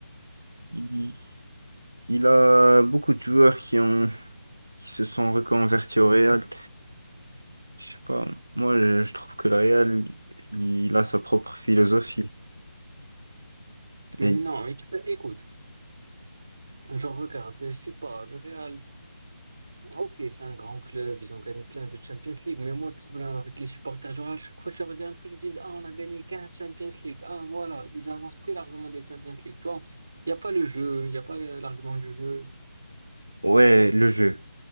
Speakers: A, on the right (about 75°); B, on the right (about 50°).
A: il, il a beaucoup de joueurs qui ont qui se sont reconvertis au réel. Je sais pas. Moi, je je trouve que le réel, il a sa propre philosophie.
B: Mais
A: Et
B: non, mais tu peux- écoute, je regarde, je sais pas, le Real, ok, c'est un grand club, ils ont gagné plein de Champions League, mais moi, le problème avec les supporters du Real, chaque fois que je leur dis un truc, ils disent, ah, on a gagné 15 Champions League, ah, voilà, ils avancent que l'argument des Champions League, tu vois, il n'y a pas le jeu, il n'y a pas le- l'argument du jeu.
A: ouais, le jeu.